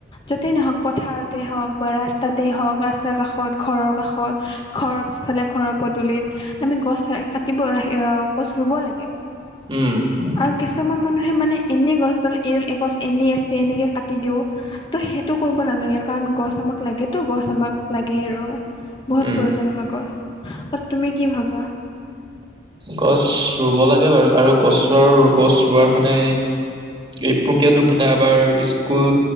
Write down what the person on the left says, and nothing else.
যতেই নহওক পথাৰতেই হওক বা ৰাস্তাতেই হওক ৰাস্তাৰ কাষত ঘৰৰ কাষত ঘৰৰ পিছফালে ঘৰৰ পদূলিত আমি গছ কাটিবই গছ ৰুব লাগে।
আৰু কিছুমান মানুহে মানে এনেই গছডাল এ এগছ এনেই আছে এনেকে কাটি দিও। তো সেইটো কৰিব নালাগে কাৰণ গছ আমাক লাগেতো গছ আমাক লাগে আৰু বহুত
প্ৰয়োজন আমাৰ গছ অ তুমি কি ভাবা